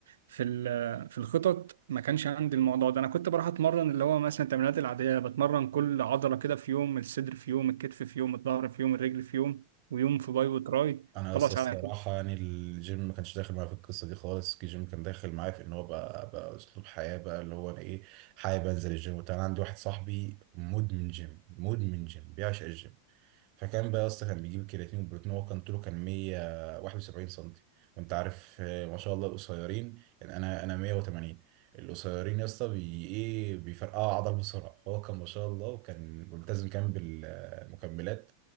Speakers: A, on the right (about 60°); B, on the right (about 45°).
A: في ال- في الخطط ما كانش عندي الموضوع ده أنا كنت بروح أتمرن اللي هو مثلا التمرينات العادية بتمرن كل عضلة كده في يوم الصدر في يوم الكتف في يوم الظهر في يوم الرجل في يوم ويوم في باي وتراي
B: انا
A: خلاص
B: لسه الصراحه
A: على كده
B: يعني الجيم ما كانش داخل معايا في القصه دي خالص الجيم كان داخل معايا في ان هو بقى بقى اسلوب حياه بقى اللي هو انا ايه حابب انزل الجيم وبتاع انا عندي واحد صاحبي مدمن جيم مدمن جيم بيعشق الجيم فكان بقى يا اسطى كان بيجيب الكرياتين والبروتين هو كان طوله كان 171 سنتي وانت عارف آه، ما شاء الله القصيرين يعني انا انا 180 القصيرين يا اسطى بي ايه بيفرقعوا عضل بسرعه فهو كان ما شاء الله وكان ملتزم كان بالمكملات